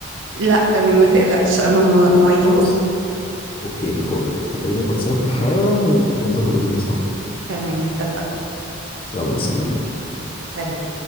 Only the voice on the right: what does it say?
لا تمام ما تقلقش انا م- مواعيدي
مظبوطة
تمام اتفقنا
سلام